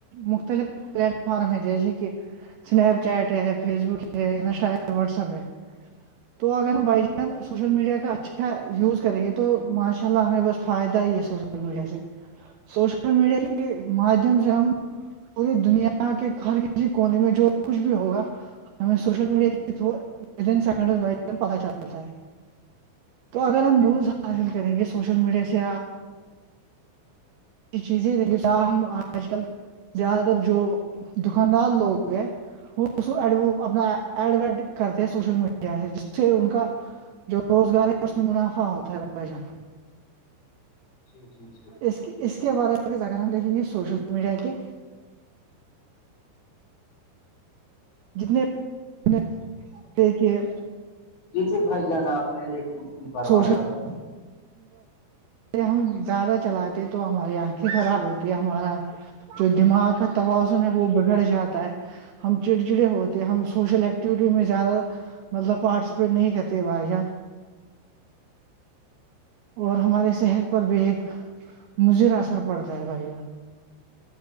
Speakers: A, on the right; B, on the left.
A: مختلف پلیٹ فارم ہے جیسے کہ اسنیپ چیٹ ہے فیس بک ہے انسٹا واٹسپ ہے تو اگر ہم بائی چانس سوشل میڈیا کا اچھا یوز کریں گے تو تو ماشاء اللہ ہمیں بس فائدہ ہی ہے سوشل میڈیا سے سوشل میڈیا کے مادھیم سے ہم <inaudible> پوری دنیا کے ہر کسی کونے میں جو کچھ بھی ہوگا ہم سوشل میڈیا کے تھرو <inaudible> سیکڈ پ چلتا ہے تو اگر
B: جی
A: ہم نیز <unintelligible> حاصل کریں گے سوشل میڈیا سے چیزیں دیک ہم آج کل زیادہ تر جو دکاندار لوگ ہیں وہڈ اپنا ایڈڈ کرتے ہیں سوشل میڈیا سے جس سے ان کا <inaudible> جو روزگار ہے اس میں منافع ہوتا ہے ب جات
B: جی جی جی
A: اس کی کے بارے میں اگر ہم دیکیں گے سوشل میڈیا کے جتنے کہ <inaudible>
B: جیسے بھائی جان آپ نے ایک م فرمایا
A: سوشل
B: <unintelligible>
A: ہم زیادہ چلاتے تو ہماری آنکھیں خراب ہوتی ہے ہمارا <inaudible> جو دماغ کا توازن ہے وہ بگڑ جاتا ہے ہم چڑچڑے ہوتے ہم سوشل ایکٹیوٹی میں زیادہ مطلب پارٹیسپیٹ نہیں کرتے بائی اور ہماری صحت پر بھی ایک مضر اثر پڑتا ہے بھیا